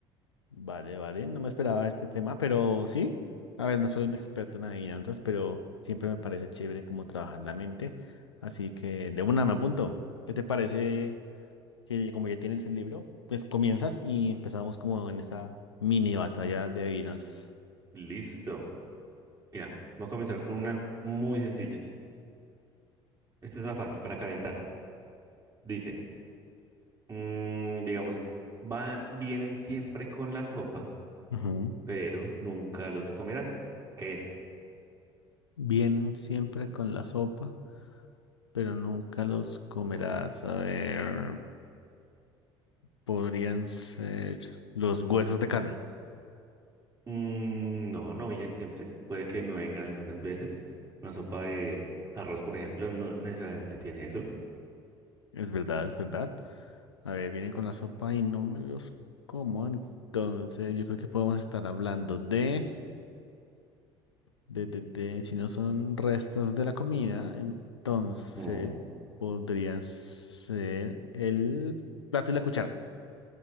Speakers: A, on the left; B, on the right.
A: Vale, vale. No me esperaba este tema, pero sí. A ver, no soy un experto en adivinanzas, pero siempre me parece chévere cómo trabajar la mente. Así que de una me apunto. ¿Qué te parece que como ya tienes el libro, pues comienzas y empezamos como en esta mini batalla de adivinanzas?
B: Listo. Mira, voy a comenzar con una muy sencilla. Esta es una fácil para calentar. Dice, mm, digamos, va, vienen siempre con la sopa
A: Ujú.
B: pero nunca los comerás. ¿Qué es?
A: Vienen siempre con la sopa, pero nunca los comerás. A ver. podrían ser los huesos de carne.
B: Mm, no, no vienen siempre. Puede que no vengan algunas veces. Una sopa de arroz, por ejemplo, no necesariamente tiene eso.
A: Es verdad, es verdad. A ver, vienen con la sopa y no me los como. Entonces, yo creo que podemos estar hablando de, de, de, de, si no son restos de la comida, entonces
B: Ujú.
A: podrían ser el plato y la cuchara.